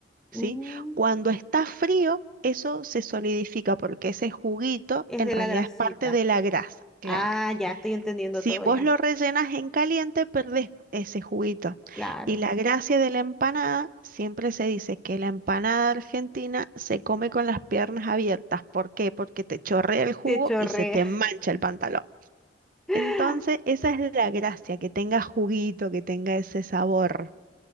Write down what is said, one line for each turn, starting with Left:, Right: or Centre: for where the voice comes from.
Right: ¿sí?
Centre: Mm,
Right: Cuando está frío, eso se solidifica porque ese juguito
Centre: es
Right: en
Centre: de
Right: realidad
Centre: la grasita.
Right: es parte de la grasa, claro.
Centre: Ah, ya estoy entendiendo
Right: Si
Centre: todo
Right: vos
Centre: ya.
Right: lo rellenas en caliente, perdés ese juguito.
Centre: Claro,
Right: Y la gracia de la empanada, siempre se dice que la empanada argentina se come con las piernas abiertas. ¿Por qué? Porque te chorrea el jugo
Centre: te chorré.
Right: y se te mancha el pantalón.
Centre: <laughs>
Right: Entonces, esa es la gracia, que tenga juguito, que tenga ese sabor.